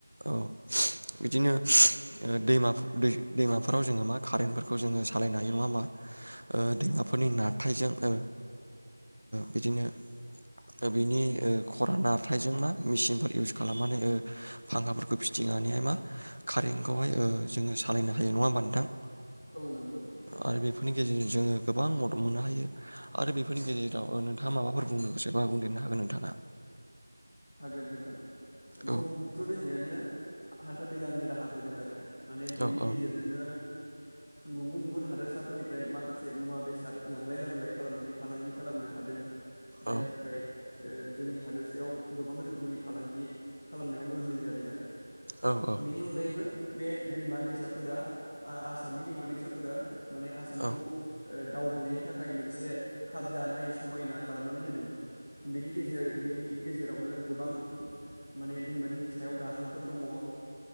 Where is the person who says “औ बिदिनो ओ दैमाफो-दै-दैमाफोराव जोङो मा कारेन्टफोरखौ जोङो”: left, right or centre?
Right